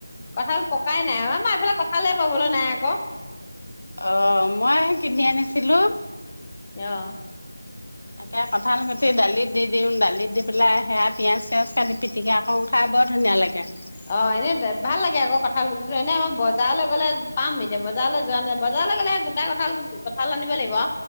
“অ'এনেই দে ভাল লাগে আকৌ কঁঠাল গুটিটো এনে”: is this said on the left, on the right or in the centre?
Left